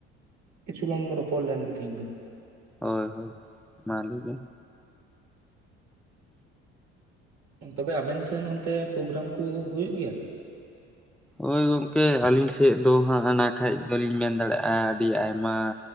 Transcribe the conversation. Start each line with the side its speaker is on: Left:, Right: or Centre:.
Right: ᱠᱤᱪᱷᱩ ᱞᱟᱝ ᱨᱚᱯᱚᱲ ᱞᱮᱱ ᱜᱮ ᱛᱮᱦᱤᱧ ᱫᱚ ᱾
Centre: ᱦᱚᱭ ᱦᱚᱭ ᱢᱟ ᱞᱟᱹᱭ ᱵᱤᱱ᱾
Right: ᱛᱚᱵᱮ ᱟᱵᱮᱱ ᱥᱮᱫ ᱚᱱᱛᱮ ᱯᱨᱚᱜᱨᱟᱢ ᱠᱚ ᱦᱩᱭᱩᱜ ᱜᱮᱭᱟ?
Centre: ᱦᱳᱭ ᱜᱚᱝᱠᱮ ᱾ ᱟᱹᱞᱤᱧ ᱥᱮᱫ ᱫᱚ ᱦᱟᱸᱜ ᱚᱱᱟ ᱠᱷᱟᱡ ᱫᱚᱞᱤᱧ ᱢᱮᱱ ᱫᱟᱲᱮᱭᱟᱜᱼᱟ ᱟᱹᱰᱤ ᱟᱭᱢᱟ